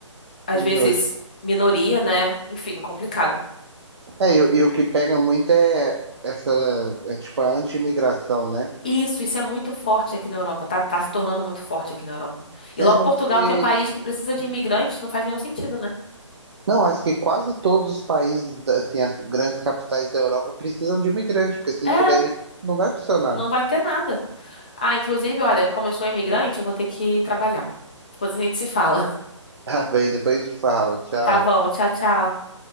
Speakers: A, on the left; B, on the right.
A: às
B: Terminou
A: vezes minoria, né? Enfim, complicado.
B: É, e, o- e o que pega muito é essa, é tipo a anti-imigração, né?
A: Isso, isso é muito forte aqui na Europa, tá, tá se tornando muito forte aqui na Europa.
B: Sendo
A: E logo Portugal,
B: que,
A: que é um país que precisa de imigrantes, não faz nenhum sentido, né?
B: não, acho que quase todos os países, assim, as grandes capitais da Europa precisam de imigrante, porque se não
A: É,
B: tiver imigrante, não vai funcionar.
A: não vai
B: <laughs>
A: ter nada. Ah, inclusive, olha, como eu sou imigrante, eu vou ter que trabalhar. Depois a gente se fala. <laughs>
B: Tá bem, depois a gente fala. Tchau.
A: Tá bom, tchau, tchau.